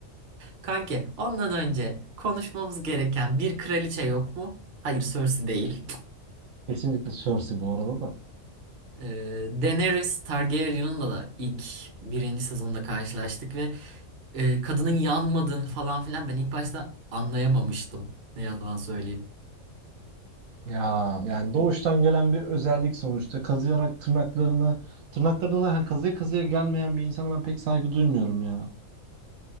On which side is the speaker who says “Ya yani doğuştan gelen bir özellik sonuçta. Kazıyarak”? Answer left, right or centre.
Right